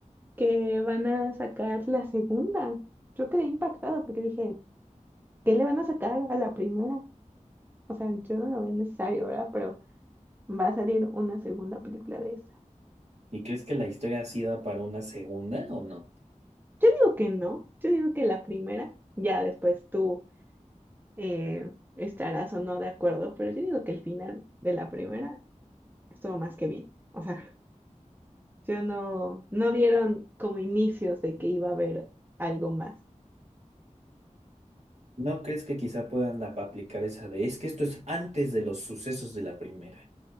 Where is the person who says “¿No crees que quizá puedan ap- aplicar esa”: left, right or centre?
Right